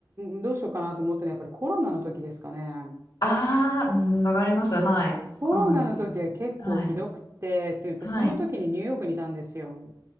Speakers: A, on the right (about 40°); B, on the left (about 75°).
A: んどうしようかなと思ったのはやっぱりコロナの時ですかね。
B: ああ、うん、わかります、はい。
A: コロナの時は結構ひどくて、
B: コロナの時に。はい、
A: っていうと、
B: はい。
A: その時にニューヨークにいたんですよ。